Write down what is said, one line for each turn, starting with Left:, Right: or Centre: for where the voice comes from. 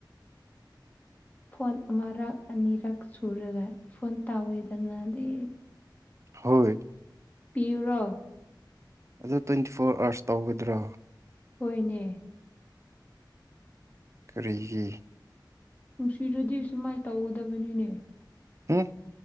Left: ꯐꯣꯟ ꯑꯃꯔꯛ ꯑꯅꯤꯔꯛ ꯁꯨꯔꯒ ꯐꯣꯟ ꯇꯧꯋꯦꯗꯅ ꯗꯤ
Right: ꯍꯣꯏ
Left: ꯄꯤꯌꯨꯔꯣ
Right: ꯑꯗꯣ ꯇ꯭ꯋꯦꯟꯇꯤ ꯐꯣꯔ ꯑꯋꯥ꯭ꯔꯁ ꯇꯧꯒꯗ꯭ꯔꯣ
Left: ꯍꯣꯏꯅꯦ
Right: ꯀꯔꯤꯒꯤ
Left: ꯅꯨꯡꯁꯤꯔꯗꯤ ꯁꯨꯃꯥꯏꯅ ꯇꯧꯒꯗꯕꯅꯤꯅꯦ
Right: ꯎꯝ